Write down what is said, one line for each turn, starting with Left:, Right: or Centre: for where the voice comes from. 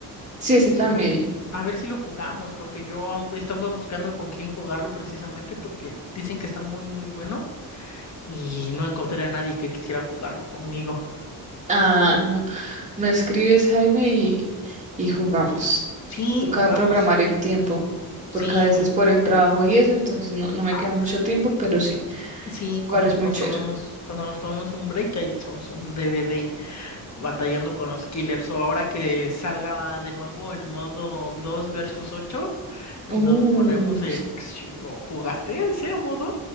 Right: Sí, ese
Left: pues
Right: también.
Left: a ver, a ver si lo jugamos, porque yo aún estaba buscando con quién jugarlo precisamente, porque dicen que está muy, muy bueno y no encontré a nadie que quisiera jugarlo conmigo.
Right: Ah, no. Me escribes, Jaime, y, y jugamos.
Left: Sí,
Right: Toca
Left: jugamos.
Right: programar el tiempo,
Left: Sí,
Right: porque a veces
Left: pues
Right: por el trabajo y eso, entonces no, no me
Left: ah,
Right: queda mucho tiempo, pero sí,
Left: sí,
Right: jugar
Left: cuando
Right: es muy
Left: nos
Right: chévere.
Left: tomemos, cuando nos tomemos un break, ahí echamos un DVD batallando con los killers. O ahora que salga de nuevo el modo 2 versus 8, nos
Right: Uh,
Left: ponemos el... ¿O ¿Jugaste ese modo?